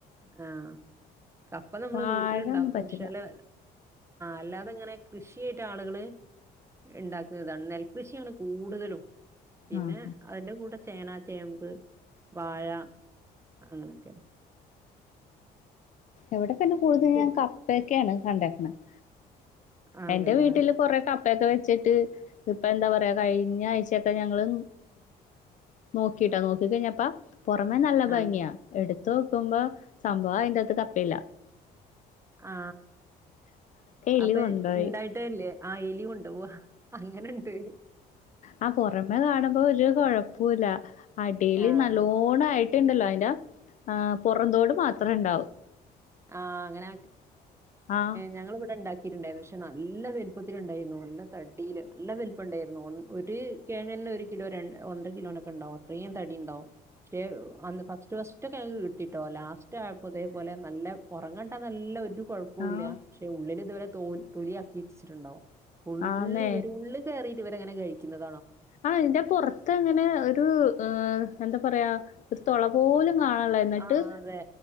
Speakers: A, on the right (about 15°); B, on the left (about 45°).
A: ആ കപ്പ നമ്മള്
B: വാഴൊന്നും
A: വീട്ടിൽ ഉണ്ടാക്കും
B: പറ്റില്ല
A: പക്ഷെല് അല്ലാതെ ഇങ്ങനെ കൃഷിയായിട്ട് ആളുകളു ഇഇണ്ടാക്കുന്നതാണ് നെല്ല് കൃഷി ആണ് കൂടുതലും പിന്നെ
B: ആഹ്
A: അതിന്റ കൂടെ ചേന, ചേമ്പ്, വാഴ അങ്ങനെ യൊക്കെ
B: ഇവിടെ തന്നെ കൂടുതലും
A: കു
B: കപ്പ ഒക്കെ ആണ് കണ്ടിരി - <unintelligible>
A: അതെതെല്ലേ.
B: എന്റെ വീട്ടിലും കുറേ കപ്പ - കപ്പയൊക്കെ ഇപ്പൊ എന്താ പറയുക കഴിഞ ആഴ്ചയൊക്കെ ഞങ്ങളു നോക്കിട്ടോ നോക്കി കഴിഞ്ഞപ്പോ - പുറമെ നല്ല ഭംഗി
A: ആഹ്
B: ആ എടുത്ത് - നോക്കുമ്പോൾ സംഭവം അതിനകത്തു - ഇല്ല
A: ആ
B: എലി
A: അപ്പൊ
B: കൊണ്ടോയി
A: ഇണ്ടായിട്ടേ ഇല്ലേ ആ എലി കൊണ്ടുപോവുവ അങ്ങനെ ഇണ്ട്
B: ആ പോരമേ കാണുമ്പോൾ വലിയ കൊഴപ്പം ഇല്ലേ അടിയില്
A: ആഹ്
B: നല്ലോണം - <unintelligible> ആ അതിന്റ പോരാംതോടു മാത്രം ഉണ്ടാവും
A: അങ്ങനെ
B: ആഹ്
A: ഞങ്ങള് ഇവിടെ ഉണ്ടാക്കിട്ടുണ്ടായിരുന്നു പക്ഷെ നല്ല - ഒത്തിരി ഉണ്ടായിരുന്നു നല്ല തടിയിലേ നല്ല വലിപ്പം ഉണ്ടായിരുന്നു ഒരു കിഴങ്ങു തന്നെ ഒരു കിലോ ഒന്നര കിലോ ഉണ്ടായിരുന്നു പക്ഷെ ഫസ്റ്റ് കിഴങ്ങു കിട്ടിട്ടോ ലാസ്റ്റ് ആയപ്പോൾ ഇതേപോലെ നല്ല ഒരങ്ങട്ടെ നല്ലൊരു കൊഴപ്പില്ല
B: ആഹ്
A: പക്ഷെ ഉള്ളിലു ഇതു വരെ - <unintelligible> ഉള്ളിവരും
B: ആന്നേ
A: ഉള്ളി കേറി ത്തിവരെ <unintelligible> അങ്ങനാ കഴിക്കുന്നത്
B: ആഹ് എന്റെ പൊറത്തിങ്ങനെ ഒരു ഏഹ് എന്താ പറയാ ഒരു തൊള പോലും കാണാണൊള്ള എന്നിട്ട്
A: ആഹ് അതെ